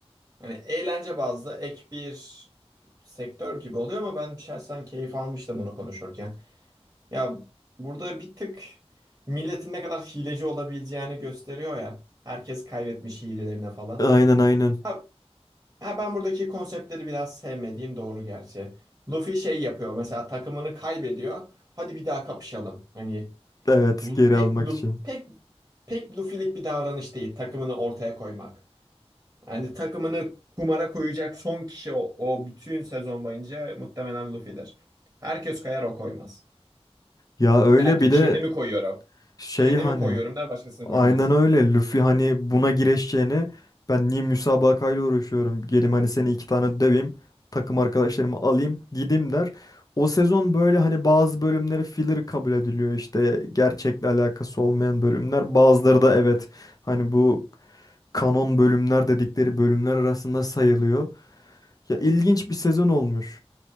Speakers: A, on the right; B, on the left.
A: Hani eğlence bazlı ek bir sektör gibi oluyor ama ben şahsen keyif almıştım bunu konuşurken. Ya burada bir tık milletin ne kadar hileci olabileceğini gösteriyor ya. Herkes kaybetmiş hilelerine falan.
B: Aynen aynen.
A: Ha, Ha, ben buradaki konseptleri biraz sevmediğim doğru gerçi. Luffy şey yapıyor mesela takımını kaybediyor. Hadi bir daha kapışalım. Hani
B: Evet
A: Lu-
B: geri
A: pek
B: almak
A: Luffy,
B: için.
A: pek pek Luffy'lik bir davranış değil takımını ortaya koymak. Yani takımını kumara koyacak son kişi o, o bütün sezon boyunca muhtemelen Luffy'dir. Herkes kayar o koymaz.
B: Ya öyle
A: Der ki
B: bir
A: kendimi
B: de
A: koyuyorum.
B: şey
A: Kendimi
B: hani.
A: koyuyorum der başkasını
B: Aynen
A: koymaz.
B: öyle. Luffy hani buna gireşeceğine ben niye müsabakayla uğraşıyorum? Gelim hani seni iki tane döveyim. Takım arkadaşlarımı alayım gideyim der. O sezon böyle hani bazı bölümleri filler kabul ediliyor işte gerçekle alakası olmayan bölümler. Bazıları da evet hani bu kanon bölümler dedikleri bölümler arasında sayılıyor. Ya ilginç bir sezon olmuş.